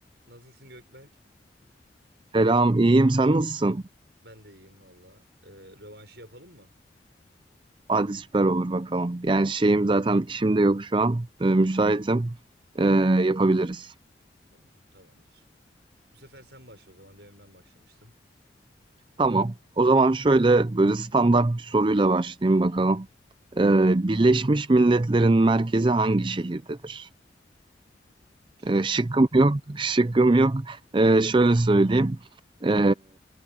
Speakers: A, on the right; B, on the right.
A: Nasılsın Gökberk?
B: Selam, iyiyim. Sen nasılsın?
A: Ben de iyiyim valla. Ee, rövanşı yapalım mı?
B: Hadi süper olur bakalım. Yani şeyim zaten işim de yok şu an. Ee, müsaitim. Ee, yapabiliriz.
A: Tamam, tamamdır. Bu sefer sen başla o zaman. Demin ben başlamıştım.
B: Tamam. O zaman şöyle böyle standart bir soruyla başlayayım bakalım. Ee, Birleşmiş Milletler'in merkezi hangi şehirdedir?
A: Şıkla.
B: Ee, şıkkım yok, <laughs> şıkkım yok. Ee, şöyle söyleyeyim. Ee,